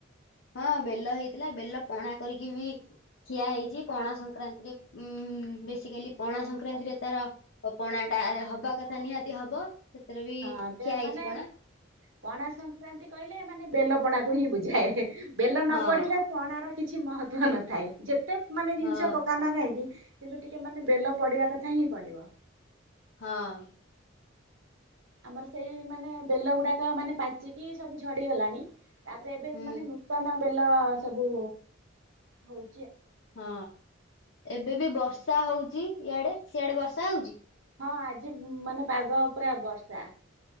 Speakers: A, on the left; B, on the right.
A: ହଁ ବେଲ ହେଇଥିଲା ବେଲ ପଣା କରିକି ବି ଖିଆ ହେଇଚି ପଣା ସଂକ୍ରାନ୍ତି ଉଁ ଉଁ ବେସିକାଲି ପଣା ସଂକ୍ରାନ୍ତିରେ ତାର ପଣାଟା ହବା କଥା ନିହାତି ହବ। ସେଥିରେ ବି
B: ହଁ ବେ
A: ଖିଆ ହେଇଛି
B: ମାନେ
A: ପଣା।
B: ପଣା ସଂକ୍ରାନ୍ତି କହିଲେ ମାନେ ବେଲ ପଣାକୁ ହିଁ ବୁଝାଏ ବେଲ ନ
A: ହଁ
B: ପଡ଼ିଲେ ପଣାର କିଛି ମହତ୍ଵ ନଥାଏ ଯେତେ ମାନେ ଜିନିଷ
A: ହଁ
B: ପକାନା କାହିଁକି କିନ୍ତୁ ଟିକେ ମାନେ ବେଲ ପଡ଼ିବା କଥା ହିଁ ପଡ଼ିବ।
A: ହଁ।
B: ଆମର ସେଇ ମାନେ ବେଲ ଗୁଡ଼ାକ ମାନେ ପାଚିକି ସବୁ ଝଡି଼ଗଲାଣି। ତାପରେ ଏବେ
A: ହୁଁ
B: ମାନେ ନୂତନ ବେଲ ସବୁ ହୋଉ
A: ହଁ ଏବେ ବି ବର୍ଷା ହଉଚି ଇଆଡ଼େ ସିଆଡେ ବର୍ଷା ହଉଚି?
B: ହଁ ଆଜି ଉଁ ମାନେ ପାଗ ପୁରା ବର୍ଷା।